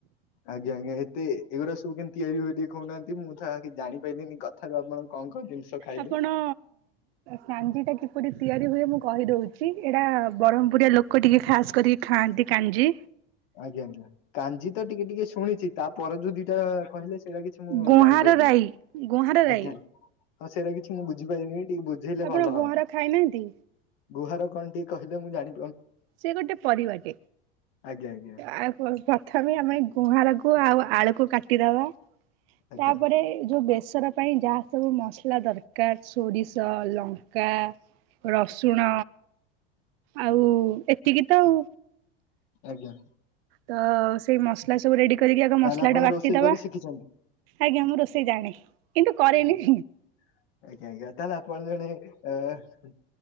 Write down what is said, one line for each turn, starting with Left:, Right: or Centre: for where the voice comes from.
Left: ଆଜ୍ଞା ଆଜ୍ଞା। ଏଗୁ ସବୁ କିିତିଆରି ହୁଏ ଟିକଏ କହୁନାହାନ୍ତି ମୁଁ ତ ଜାଣି ପାରିଲିନି କଥାରୁ ଆପଣ କଣ କଣ ଜିନିଷ ଖାଇଲେ
Right: ଆପଣ ସାଞ୍ଜି ଟା କିପରି ତିଆରି ହୁଏ ମୁଁ କହିଦଉଛି। ଏଇଟା ବ୍ରହ୍ମପୁରିଆ ଲୋକ ଟିକେ ଖାସ କରିକି ଖାଆନ୍ତି କାଞ୍ଜି।
Left: ଆଜ୍ଞା ଆଜ୍ଞା କା୍ଜି ତ ଟିକେ ଟିକେ ଶୁଣିଛି ତାପ ଯୋଉ ଦିଟା କହିଲେ ସେଇଟା କିଛି ମୁଁ
Right: ଗୁଆଁର
Left: ଜାଣିପାରିଲିନି
Right: ରାଇ ଗୁଆଁର ରାଇ
Left: ଆଜ୍ଞା। ଆଉ ସେଇଟା କିଛି ମୁଁ ବୁଝିପାରିନି ଟିକେ ବୁଝେଇଲେ
Right: ଆପଣ
Left: ଭଲ
Right: ଗୁଆଁର
Left: ହୁଅନ୍ତା।
Right: ଖାଇନାହାନ୍ତି
Left: ଗୁହାର କଣ ଟିକେ କହିଲେ ମୁଁ ଜାଣି
Right: ସେ ଗୋଟେ ପରିବାଟେ
Left: ଆଜ୍ଞା ଆଜ୍ଞା।
Right: ଆଉ ପ୍ରଥମେ ଆମେ ଗୁହାଁଳକୁ ଆଉ ଆଳୁକୁ କାଟିଦବା
Left: ଆଜ୍ଞା
Right: ତାପରେ ଯୋଉ ବ ମସର ପାଇଁ ଯାହା ସବୁ ମସଲା ଦରକାର ସୋରିଷ ଲଙ୍କା ରସୁଣ ଆଉ ଏତିକି ତ ଆଉ।
Left: ଆଜ୍ଞା।
Right: ତ ସେଇ ମସଲା ସବୁ ରେଡି କରିକି ଆଗ
Left: ତାହେଲେ
Right: ମସଲା
Left: ଆପଣ
Right: ଟା ବାଟିଦବା।
Left: ରୋଷେଇ କରି ଶିଖିଛନ୍ତି
Right: ଆଜ୍ଞା ମୁଁ ରୋଷେଇ ଜାଣେ କିନ୍ତୁ କରେନି।
Left: ଆଜ୍ଞା। ଆଜ୍ଞା ଆଜ୍ଞା ତାହେଲେ ଆପଣ ଜଣେ ଏ